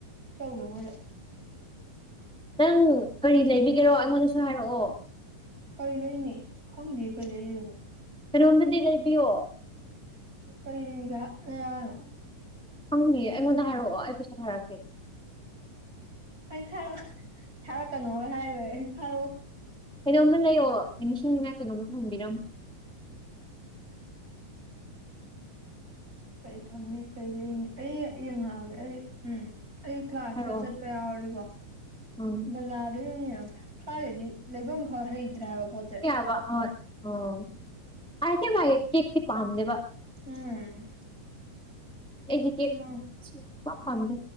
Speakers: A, on the right; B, in the centre.
A: ꯆꯧꯒꯦ ꯃꯣꯏꯗ
B: ꯅꯪ ꯀꯔꯤ ꯂꯩꯕꯤꯒꯦꯔꯣ ꯑꯩꯉꯣꯟꯗꯁꯨ ꯍꯥꯏꯔꯛꯑꯣ
A: ꯀꯔꯤ ꯂꯩꯅꯤ ꯈꯪꯗꯦ ꯀꯩ ꯂꯩꯗꯣꯏꯅꯣ
B: ꯀꯩꯅꯣꯝꯃꯗꯤ ꯂꯩꯕꯤꯌꯣ
A: ꯀꯩ ꯂꯩꯒꯦ ꯍꯥꯏꯅꯣ
B: ꯈꯪꯗꯤꯌꯦ ꯑꯩꯉꯣꯟꯗ ꯍꯥꯏꯔꯛꯑꯣ ꯑꯩ ꯄꯩꯁꯥ ꯊꯥꯔꯛꯀꯦ
A: ꯑꯣꯏ ꯊꯥꯔꯛꯑꯣ ꯊꯥꯔꯛꯀꯅꯣꯒ ꯍꯥꯏꯔꯣꯏ ꯑꯩ ꯊꯥꯔꯛꯑꯣ
B: ꯀꯩꯅꯣꯝꯃ ꯂꯩꯑꯣ ꯅꯤꯡꯁꯤꯡ ꯅꯤꯉꯥꯏ ꯀꯩꯅꯣꯝꯃ ꯊꯝꯕꯤꯔꯝꯃꯣ
A: ꯀꯩ ꯊꯝꯅꯤ ꯀꯩ ꯂꯩꯅꯤ ꯑꯩ ꯌꯦꯡꯉꯛꯑꯒꯦ ꯑꯩ ꯎꯝ ꯑꯩ ꯀ꯭ꯂꯥꯁꯀ
B: ꯍꯥꯏꯔꯛꯑꯣ
A: ꯆꯠꯄ ꯌꯥꯎꯔꯗꯤꯀꯣ
B: ꯎꯝ
A: ꯕꯖꯥꯔꯗ ꯑꯣꯏꯅ ꯌꯦꯡꯉꯒꯦ ꯁ꯭ꯋꯥꯏꯗꯩꯗꯤ ꯂꯩꯐꯝ ꯈꯔ ꯍꯩꯇ꯭ꯔꯦ ꯍꯥꯏꯕ ꯄꯣꯠꯁꯦ
B: ꯕ ꯍꯣꯏ ꯑꯣ ꯑꯁꯦ ꯃꯥꯥꯏ ꯀꯦꯛꯇꯤ ꯄꯥꯝꯗꯦꯕ
A: ꯎꯝ
B: ꯑꯩꯒꯤ
A: ꯃꯥ
B: ꯄꯥꯝꯖꯕ